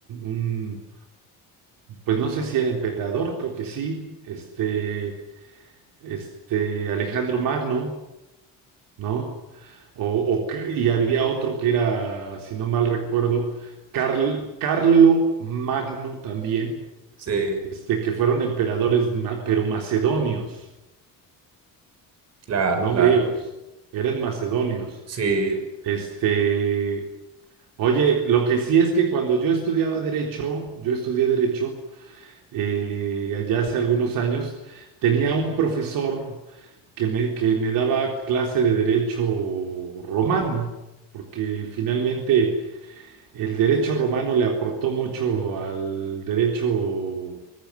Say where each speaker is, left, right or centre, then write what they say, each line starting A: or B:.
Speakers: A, on the right; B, on the right.
A: un, pues no sé si era emperador, creo que sí, este, este Alejandro Magno, ¿no? O, o que- y había otro que era, si no mal recuerdo, Carl, Carlo Magno también,
B: Sí,
A: este, que fueron emperadores, ma- pero macedonios,
B: claro,
A: no
B: claro.
A: griegos, eran macedonios.
B: Sí,
A: Este, oye, lo que sí es que cuando yo estudiaba derecho, yo estudié derecho, eh, allá hace algunos años, tenía un profesor que me, que me daba clase de derecho romano, porque finalmente el derecho romano le aportó mucho al derecho